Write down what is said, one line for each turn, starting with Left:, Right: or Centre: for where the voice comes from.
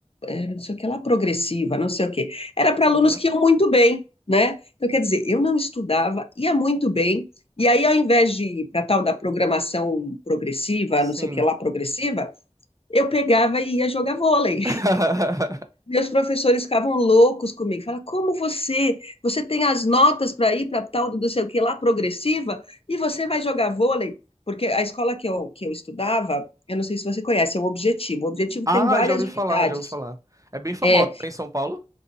Left: era não sei o que lá, progressiva, não sei o que. Era para
Right: Uhum.
Left: alunos que iam muito bem, né? Então, quer dizer, eu não estudava, ia muito bem, e aí, ao invés de ir para tal da programação progressiva,
Right: Sim.
Left: não sei o que lá, progressiva, eu pegava e ia jogar vôlei.
Right: <laughs>
Left: Meus professores ficavam loucos comigo. Falavam, como você? Você tem as notas para ir para tal do não sei o que lá, progressiva, e você vai jogar vôlei? Porque a escola que eu, que eu estudava, eu não sei se você conhece, é o Objetivo. O Objetivo
Right: Ah,
Left: tem várias
Right: já ouvi
Left: unidades.
Right: falar, já ouvi falar. É bem famosa
Left: É,
Right: né, em São Paulo?